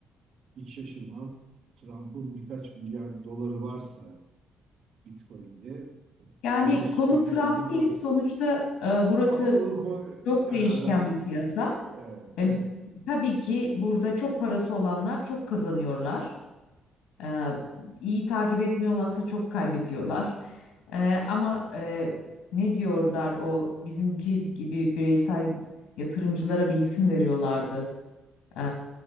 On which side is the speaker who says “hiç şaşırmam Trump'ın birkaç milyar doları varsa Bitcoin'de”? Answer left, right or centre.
Right